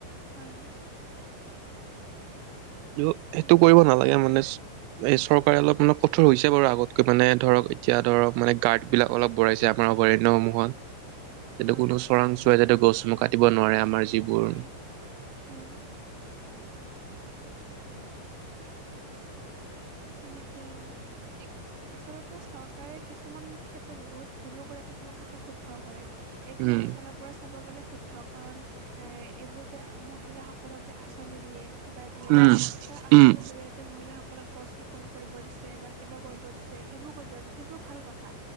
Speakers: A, on the right; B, on the right.
A: হয়।
B: সেইটো সেইটো
A: সেইবোৰ
B: কৰিব
A: ল'ব
B: নালাগে
A: লাগে
B: মানে এই চৰকাৰে অলপ মানে কঠোৰ হৈছে বাৰু আগতকে মানে ধৰক এতিয়া ধৰক মানে গাৰ্ড বিলাক অলপ বঢ়াইছে আমাৰ অভয়াৰণ্যসমূহত এইটো
A: হয়
B: কোনো
A: হয়
B: চোৰাং চোৱাই যাতে গছসমূহ কাটিব নোৱাৰে আমাৰ যিবোৰ
A: হয় উম তেনেকে এক আচলতে চৰকাৰে কিছুমান ক্ষেত্ৰত বহুত ভুলো কৰে কিছুমান ক্ষেত্ৰত শুদ্ধও কৰে এতিয়া
B: উম
A: এফালৰ পৰা চাব গ'লে শুদ্ধ কাৰণ এইবোৰ যে মহিলাসকলক যে আঁচনি দিয়ে- কিবা দিয়ে,
B: উম
A: তাৰ আঁচনিৰ
B: উম
A: জৰিয়তে মহিলাসকলক- গছ ৰোপণ কৰিব দিছে বা কিবা কৰিব দিছে সেইবোৰ কৰিব দিছে সেইবোৰ ভাল কথা।